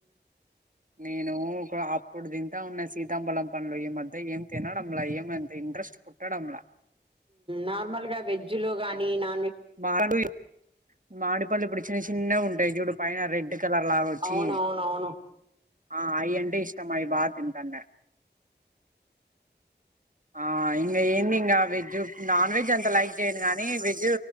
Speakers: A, on the right; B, on the right.
A: నేను ఒక అప్పుడు తింటా ఉన్న సీతాఫలం పండు ఈ మధ్య ఏం తినడంలా ఏమంత ఇంట్రెస్ట్ పుట్టడంలా
B: నార్మల్ గా వెజ్జ్ లో గాని నా
A: మాలు మామిడిపళ్ళు ఇప్పుడు చిన్న చిన్నవి ఉంటయి చూడు పైన రెడ్ కలర్ లాగొచ్చి
B: అవునవునవును
A: ఆ అయ్యంటే ఇష్టం అయి బా తింటాన్నేను ఆ ఇంగ్ ఎందింగా వెజ్ నాన్ వెజ్ అంత లైక్ చేయను గానీ వెజ్